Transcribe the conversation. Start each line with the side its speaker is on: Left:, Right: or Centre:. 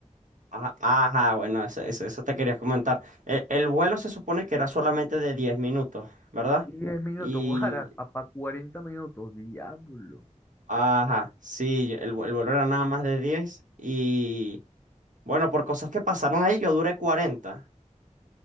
Right: Ajá, ajá, bueno, eso, eso, eso te quería comentar. E- El, vuelo se supone que era solamente de 10 minutos, ¿verdad?
Left: diez minutos,
Right: Y,
Left: <laughs> guara, para 40 minutos, diablo.
Right: ajá, sí, el, vu- el vuelo era nada más de 10 y, bueno, por cosas que pasaron ahí, yo duré cuarenta